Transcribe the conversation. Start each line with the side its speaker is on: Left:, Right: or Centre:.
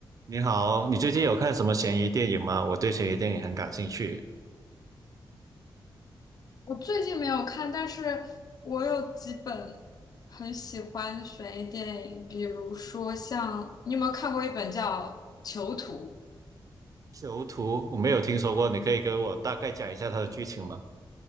Right: 你好，你最近有看什么悬疑电影吗？我对悬疑电影很感兴趣。
Left: 我最近没有看，但是我有几本很喜欢的悬疑电影，比如说像，你有没有看过一本叫《囚徒》，
Right: 囚徒，我没有听说过，你可以给我大概讲一下它的剧情吗？